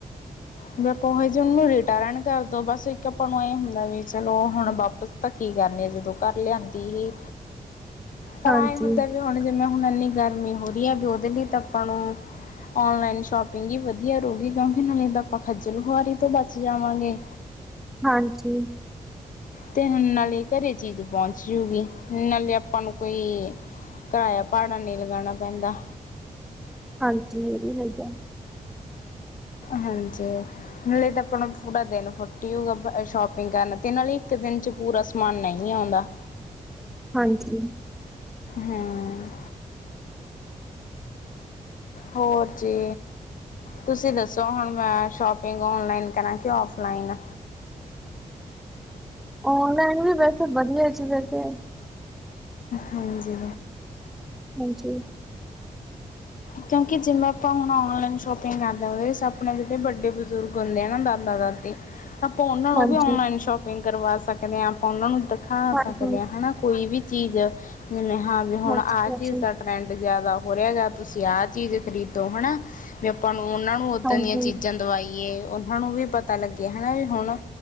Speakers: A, on the left; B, in the centre.
A: ਵੀ ਆਪਾਂ ਜੇ ਓਨੂੰ ਰਿਟਰਨ ਕਰਦੋ ਬਸ ਇੱਕ ਆਪਾਂ ਨੂੰ ਐਂਏ ਹੁੰਦਾ ਵੀ ਚਲੋ ਹੁਨ ਵਾਪਸ ਤਾਂ ਕੀ ਕਰਨੀ ਆ ਜ ਜਦੋਂ ਘਰ ਲਿਆਂਦੀ ਹੀ। ਪਰ
B: ਹਾਂਜੀ
A: ਐਂਏ ਹੁੰਦਾ ਵੀ ਹੁਨ ਜਿਵੇਂ ਹੁਨ ਐਨੀ ਗਰਮੀ ਹੋ ਰਈ ਐ ਵੀ ਓਦੇ ਲਈ ਤਾਂ ਆਪਾਂ ਨੂੰ ਔਨਲਾਈਨ ਸ਼ੋਪਿੰਗ ਈ ਵਦੀਆ ਰਏਗੀ ਕਿਓਂਕਿ ਨਾਲੇ ਤਾਂ ਆਪਾਂ ਖੱਜਲ ਖੁਆਰੀ ਤੋਂ ਬਚ ਜਾਵਾਂਗੇ।
B: ਹਾਂਜੀ।
A: ਤੇ ਹੁਨ ਨਾਲੇ ਘਰੇਂ ਚੀਜ਼ ਪੌਂਚ ਜੂਗੀ ਨਾਲੇ ਆਪਾਂ ਨੂੰ ਕੋਈ ਕਰਾਇਆ ਪਾੜਾ ਨੀ ਲਗਾਨਾ ਪੈਂਦਾ।
B: ਹਾਂਜੀ, ਏਹ ਵੀ ਹੈਗੈ।
A: ਹਾਂਜੀ। ਨਾਲੇ ਤਾਂ ਆਪਨ ਪੂਰਾ ਦਿਨ ਫੁੱਟ ਜੂਗਾ ਸ਼ੋਪਿੰਗ ਕਰਨ ਤੇ ਏਹ ਨਾਲੇ ਇੱਕ ਦਿਨ ਚ ਪੂਰਾ ਸ ਸਮਾਨ ਨਈ ਔਂਦਾ।
B: ਹਾਂਜੀ।
A: ਹਾਂ ਹੋਰ ਜੀ ਤੁਸੀਂ ਦੱਸੋ ਹੁਨ ਮੈਂ ਸ਼ੋਪਿੰਗ ਔਨਲਾਈਨ ਕਰਾਂ ਕੇ ਔਫਲਾਈਨ।
B: ਔਨਲਾਈਨ ਵੀ ਬੈ ਕੇ ਵਦੀਆ ਜੀ ਵੈਸੇ।
A: ਹਾਂਜੀ।
B: ਹਾਂਜੀ।
A: ਕਿਓਂਕਿ ਜਿਵੇਂ ਆਪਾਂ ਹੁਨ ਔਨਲਾਈਨ ਸ਼ੋਪਿੰਗ ਕਰਦੇ ਆਂ ਓਦੇ ਵਿੱਚ ਆਪਨੇ ਜੇੜੇ ਵੱਡੇ ਬਜ਼ੁਰਗ ਹੁੰਦੇ ਆ ਨਾ ਦਾਦਾ ਦਾਦੀ ਆਪਾਂ ਓਨਾਂ ਨੂੰ
B: ਹਾਂਜੀ,
A: ਵੀ ਔਨਲਾਈਨ ਸ਼ੋਪਿੰਗ ਕਰਵਾ ਸਕ ਨਾਲੇ ਆਪਾਂ ਓਨਾਂ ਨੂੰ ਦਖਾ
B: ਹਾਂਜੀ,
A: ਸਕਦੇ ਆਂ ਹਨਾ ਕੋਈ ਵੀ ਚੀਜ਼ ਐ ਜਿਵੇਂ ਹਾਂ ਵੀ ਹੁਨ
B: ਹਾਂਜੀ,
A: ਆਹ ਚੀਜ਼ ਦਾ ਟਰੈਂਡ ਜ਼ਾਦਾ ਹੋ ਰਿਆ ਗਾ। ਤੁਸੀਂ ਆਹ ਚੀਜ਼ ਖਰੀਦੋ ਹਨਾ ਵੀ ਆਪਾਂ ਨੂੰ ਓਨਾ ਨੂੰ ਓਦਾਂ
B: ਹਾਂਜੀ,
A: ਦੀਆਂ ਚੀਜ਼ਾਂ ਦਵਾਈਏ। ਓਨਾਂ ਨੂੰ ਵੀ ਪਤਾ ਲੱਗੇ ਹਨਾ ਵੀ ਹੁਨ